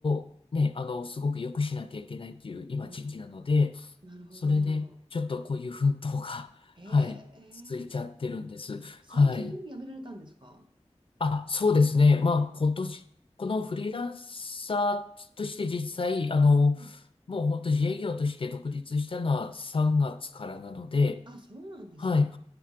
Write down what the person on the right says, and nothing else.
うんなるほど。
ええ
あ、最近やめられたんですか
うん。
あ、そうなんですね。